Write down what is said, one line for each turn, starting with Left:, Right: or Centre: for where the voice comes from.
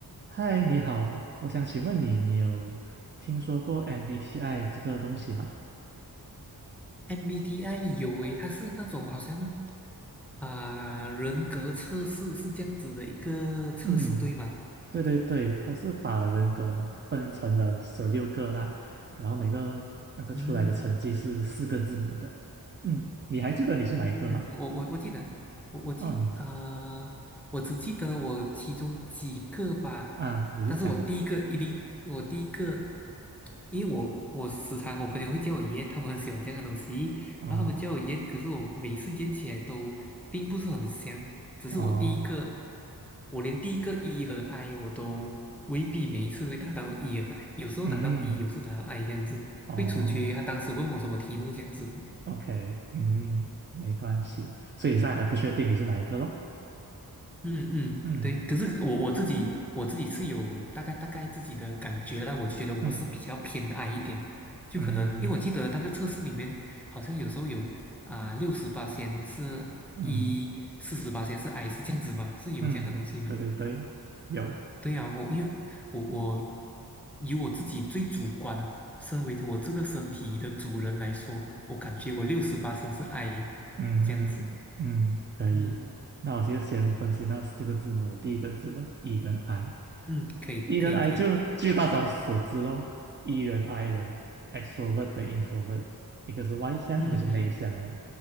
Right: 嗨，你好，我想请问你，你有听说过 MBTI 这个东西吗？
Centre: MBTI 有诶，它是那种好像啊、人格测试是这样子的一个测试，
Right: 嗯，
Centre: 对吗？
Right: 对对对，它是把人格分成了十六个啦，然后每个那个出来的成绩是四个字母的。
Centre: 嗯
Right: 嗯，你还记得你是哪一个吗？
Centre: 嗯嗯，我我我记得，我我记啊，
Right: 哦，你
Centre: 我只记得我其中几个吧，
Right: 啊，你就讲
Centre: 但是我第一个一定，我第一个，因为我我时常我朋友会叫我验，他们很喜欢这样的东西，
Right: 哦
Centre: 然后他们叫我验，可是我每次验起来都并不是很香，只是我第一个，
Right: 哦，
Centre: 我连第一个 E 和 I 我都未必每一次会拿到 E 和 I，有时候拿到
Right: 嗯
Centre: E，有时候拿到 I 这样子，
Right: 哦
Centre: 会取决于他当时问我什么题目这样子。
Right: ，OK，嗯，没关系，所以现在还不确定你是哪一个咯。
Centre: 嗯嗯，
Right: 嗯
Centre: 对。可是我我自己我自己是有大概大概自己的感觉啦，我觉得我是比较偏矮一点，
Right: 嗯
Centre: 就可能因为我记得那个测试里面好像有时候有啊六十八仙是一，
Right: 嗯嗯。
Centre: 四十八仙是 I 是这样子嘛，是有这样的东西吗？
Right: 嗯，对对对，有，
Centre: 对啊，我因为我我以我自己最主观，身为我这个身体的主人来说，我感觉我六十八仙是 I
Right: 嗯嗯，
Centre: 这样子。
Right: 可以。
Centre: 嗯
Right: 那我就先分析那四个字母，第一个字咯，E 跟 I。
Centre: 嗯，可以可以可以，
Right: E 跟 I 就据大家所知咯，E 人 I 人，extrovert 跟 introvert，一个是外向，
Centre: 嗯嗯
Right: 一个是内向咯。